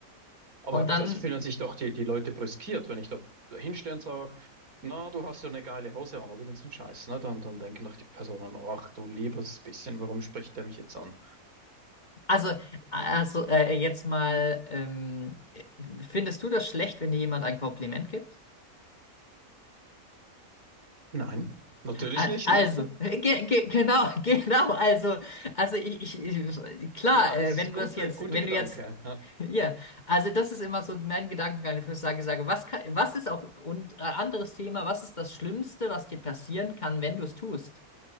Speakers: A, on the right; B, on the left.
A: Aber
B: Und dann,
A: das fühlen sich doch die, die Leute brüskiert, wenn ich da hinstehe und sage, na, du hast ja eine geile Hose an oder irgendeinen Scheiß, ne? Dann, dann denken doch die Personen, ach du liebes bisschen, warum spricht der mich jetzt an?
B: also, also äh, jetzt mal, ähm, findest du das schlecht, wenn dir jemand ein Kompliment gibt?
A: Nein, natürlich
B: A-
A: nicht,
B: Also,
A: ne?
B: <laughs> ge ge genau, <laughs> genau, also, also ich, ich, ich klar,
A: Ja, das
B: äh,
A: ist
B: wenn
A: gute,
B: du das jetzt,
A: guter
B: wenn
A: Gedanke.
B: du jetzt,
A: Ja.
B: <laughs> ja, also das ist immer so mein Gedankengang, wo ich sage, sage, was kann, was ist auch, und äh, anderes Thema, was ist das Schlimmste, was dir passieren kann, wenn du es tust?